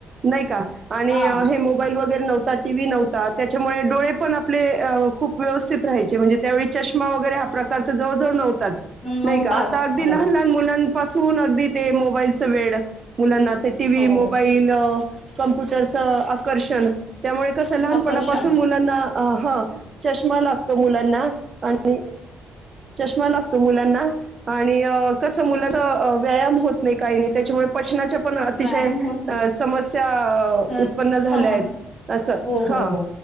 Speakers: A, on the right; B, on the left.
A: नाही का? आणि
B: हा
A: हे मोबाईल वगैरे- नव्हता टीव्ही नव्हता त्याच्यामुळे डोळे पण आपले- खूप व्यवस्थित राहाचे म्हणजे त्यावेळी चष्मा वगैरे हा प्रकार- जवळ जवळ नवते.
B: नऊ
A: नाही का
B: तास
A: आता अगदी
B: हो
A: लहान लहान मुलां- पासून अगदी ते मोबाईलच वेड मुलांना. ते टीव्ही
B: हो
A: मोबईल कम्प्युटरचं आकर्षण. त्यामुळे कसं लहानपणापासून
B: आकर्षण
A: मुलांना अ हा चष्मा लागतो मुलांना आणि चष्मा लागतो मुलांना आणि कसं मुलाचा व्यायाम होत नाही काही नाही त्याच्यामुळे पचनाच्या. पण अतिशय
B: व्यायाम होत
A: समस्या
B: नाही
A: उत्पन्न झाल्या
B: समज
A: आहेत अस
B: हो
A: ह
B: हो हो